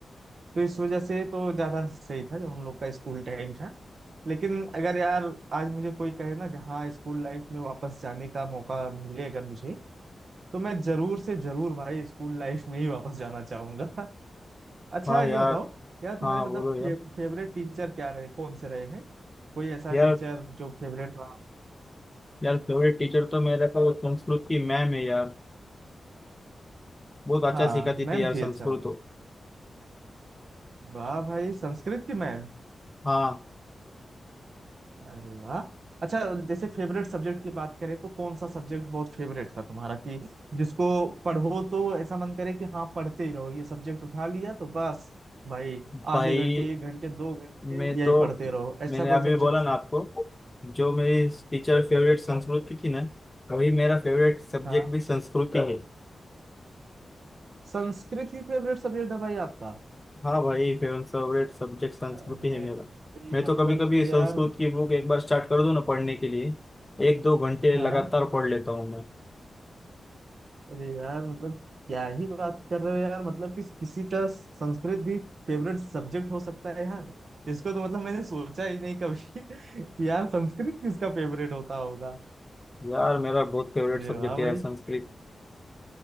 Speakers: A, on the right (about 60°); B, on the left (about 15°).
A: तो इस वजह से तो ज्यादा सही था जो हम लोग का स्कूल टाइम था लेकिन अगर यार आज मुझे कोई कहे ना कि हाँ स्कूल लाइफ में वापस जाने का मौका मिले अगर मुझे तो मैं जरूर से जरूर भाई स्कूल लाइफ में ही वापस जाना चाहूंगा अच्छा
B: हाँ
A: ये
B: यार
A: बताओ यार तुम्हारे
B: हाँ
A: मतलब
B: बोलो
A: फे,
B: यार
A: फेवरेट टीचर क्या रहे कौन से रहे हैं कोई ऐसा
B: यार
A: टीचर जो फेवरेट रहा
B: यार फेवरेट टीचर तो मेरा का वो संस्कृत की मैम है यार बहुत अच्छा
A: हाँ
B: सिखाती
A: मैम
B: थी यार संस्कृत
A: थी अच्छा वाह
B: तो
A: वाह भाई संस्कृत की मैम
B: हाँ
A: अरे वाह अच्छा जैसे फेवरेट सब्जेक्ट की बात करें तो कौन सा सब्जेक्ट बहुत फेवरेट था तुम्हारा कि जिसको पढ़ो तो ऐसा मन करे कि हाँ पढ़ते ही रहो ये सब्जेक्ट उठा लिया तो बस भाई
B: भाई
A: आधे घंटे एक घंटे दो घंटे
B: मैं तो
A: यही पढ़ते रहो ऐसा
B: मैंने
A: कोई
B: अभी
A: सब्जेक्ट
B: बोला ना आपको जो मेरी टीचर फेवरेट संस्कृत की थी ना वही मेरा फेवरेट सब्जेक्ट
A: हाँ
B: भी संस्कृत ही है
A: संस्कृत ही फेवरेट सब्जेक्ट था भाई आपका
B: हाँ भाई फेवरेट फेवरेट सब्जेक्ट संस्कृत
A: अरे
B: ही है मेरा
A: ये
B: मैं
A: मतलब
B: तो कभी कभी
A: कि
B: संस्कृत
A: यार
B: की बुक एक बार स्टार्ट कर दूँ ना पढ़ने के लिए एक दो घंटे
A: हाँ
B: लगातार पढ़ लेता हूँ मैं
A: अरे यार मतलब क्या ही बात कर रहे हो यार मतलब कि किसी का संस्कृत भी फेवरेट सब्जेक्ट हो सकता है यार इसको तो मतलब मैंने सोचा ही नहीं कभी <laughs> कि यार संस्कृत किसका फेवरेट होता होगा
B: यार मेरा बहुत फेवरेट
A: अरे
B: सब्जेक्ट
A: वाह
B: है
A: भाई
B: यार संस्कृत